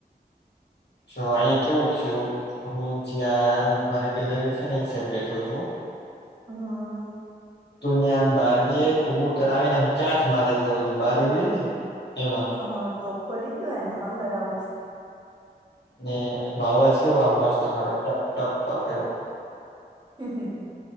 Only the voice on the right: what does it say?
હા.
હા તો ખોલી દેવ એને અંદર આવું છે.
હામ હામ